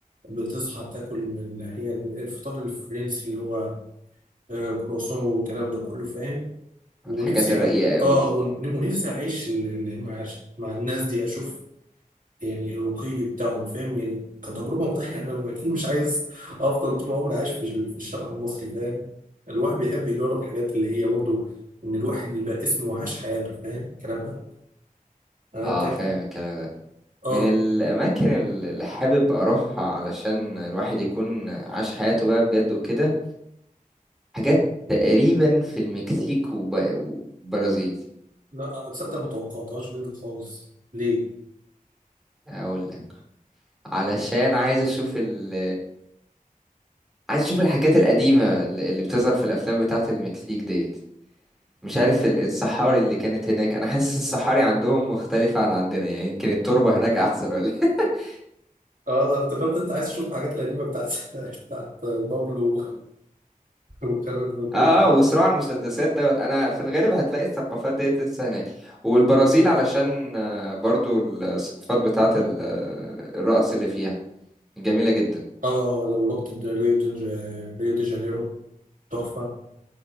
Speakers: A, on the right (about 65°); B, in the centre.
A: بتصحى تاكل اللي هي الفطار الفرنسي اللي هو آه، كرواسون والكلام ده كله فاهم ونفسي
B: الحاجات الرقيقة
A: أع-
B: قوي
A: اه
B: دي
A: ون- ونفسي اعيش ال- ال- مع مع الناس دي اشوف يعني الرقي بتاعهم فاهم يعني كتجربه مختلفه <laughs> انا اكيد مش عايز افضل طول عمري عايش في ال- في الشارع المصري فاهم الواحد بيحب يجرب الحاجات اللي هي برضو ان الواحد يبقى اسمه وعاش حياته فاهم الكلام ده انا
B: اه
A: اتاكد
B: فاهم الكلام ده
A: اه
B: من الأماكن اللي حابب أروحها علشان الواحد يكون عاش حياته بقى بجد وكده حاجات تقريبا في المكسيك وب- وبرازيل
A: لا تصدق ما توقعتهاش منك خالص ليه؟
B: اقول لك علشان عايز اشوف ال عايز اشوف الحاجات القديمة اللي اللي بتظهر في الافلام بتاعة المكسيك ديت مش عارف ال- الصحاري اللي كانت هناك انا حاسس الصحاري عندهم مختلفة عن عندنا يعني يمكن التربة هناك احسن ولا إيه؟ <laughs>
A: اه انا افتكرت انت عايز تشوف الحاجات القديمه بتاعت <laughs> بتاعت بابلو والكلام ده كله
B: اه اه وصراع المسدسات دوت انا في الغالب هتلاقي الثقافات ديت لسه هناك والبرازيل علشان آه، برضو الثقافات بتاعة ال- الرقص اللي فيها جميلة جدا
A: اه لو رحت ريو دي ريو دي جانيرو تحفة